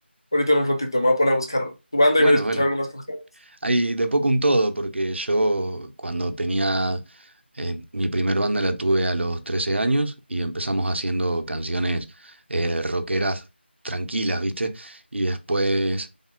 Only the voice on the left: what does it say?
ahorita en un ratito, me voy a poner a buscar tu banda
y voy a escuchar
algunas canciones.